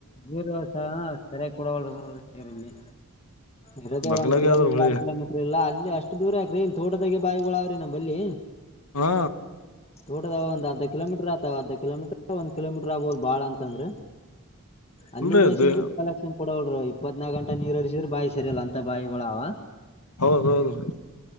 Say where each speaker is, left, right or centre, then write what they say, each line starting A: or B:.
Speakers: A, on the left; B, on the left.
A: ನೀರುಸ ಸರಿಯಾಗಿ ಕೊಡಲ್ ನೋಡ ನೀರಿಲ್ಲಿ ಇರದೇ
B: ಬಗಲಾಗ
A: ಒಂದ್ ಕಿಲೋಮೀಟರ್
B: ಆದ್ರ ಹೊಳಿ
A: ಎರಡ ಕಿಲೋಮೀಟರ್ ಇಲ್ಲ ಅಲ್ಲಿ ಅಷ್ಟು ದೂರ ಆಕರಿ ಇ ತೋಟದೆ ಬಾಯಿಗಳು ಅವ್ರಿ ನಮ್ಲ್ಲಿ
B: ಹಾ
A: ತೋಟದಾವ ಒಂದು ಅರ್ಧಕ್ಕೆ ಕಿಲೋಮೀಟರ್ ಆತಾವ ಅರ್ಧ ಕಿಲೋಮೀಟರ್ ಒಂದ ಕಿಲೋಮೀಟರ್ ಆಗ್ಬಹದು ಬಾಳ ಅಂತಂದ್ರೆ ಅಲ್ಲಿ
B: ಅಲ್ರಿ
A: ದೇಶಿಂದ
B: ಅದು
A: ಕಲೆಕ್ಷನ್ ಕೊಡೋಳ್ರ ಹದ್ನಾಕ ಗಟ ನೀರುರಿಸಿದ್ ಬಾಯಿ ಸರಿಲ್ಲ ಅಂತ ಬಾಯಿಗಳಾವ
B: ಹೌದ ಹೌದ್ರಿ